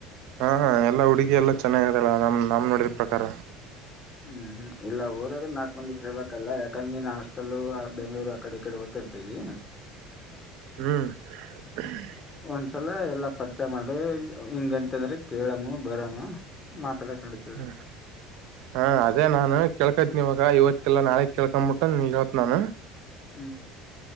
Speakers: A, on the right; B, on the left.
A: ಹಾ ಎಲ್ಲ ಹುಡುಗಿ ಎಲ್ಲಾ ಚೆನ್ನಾಗದಲ್ಲ ನಮ್ ನಮ್ ನೋಡಿದ ಪ್ರಕಾರ
B: ಹ್ಮ್ ಹ್ಮ್ ಇಲ್ಲ ಊರಲ್ಲು ನಾಕ್ ಮಂದಿ ಕೇಳ್ಬೇಕಲ್ಲಾ ಯಾಕಂದ್ರೆ ನೀನ್ ಹಷ್ಟಲ್ಲೂ ಬೆಂಗಳೂರು ಕಡೆ ಕಡೆಓ್ತ ಇರ್ತೈರಿ <unintelligible>
A: ಹ್ಮ್ <unintelligible>
B: ಒಂದ್ಸಲ ಎಲ್ಲಾ ಪರಿಚಯ ಮಾಡು ಹಿಂಗಂತಂದ್ರೆ ಕೇಳಮ್ಮ ಬರಮ್ಮ ಮಾತಾಡಕ ನೆಡಿತೇತಿ.
A: ಹ್ಮ ಹಾ ಅದೇ ನಾನ್ ಕೇಳ್ಕೈತಿನಿ ಇವಾಗ ಇವತ್ತಲ್ಲ ನಾಳೆ ಕೇಳ್ಕೊಂಡ್ಬಿಟ್ಟ ನಿಂಗೆ ನಾನು.
B: ಹ್ಮ್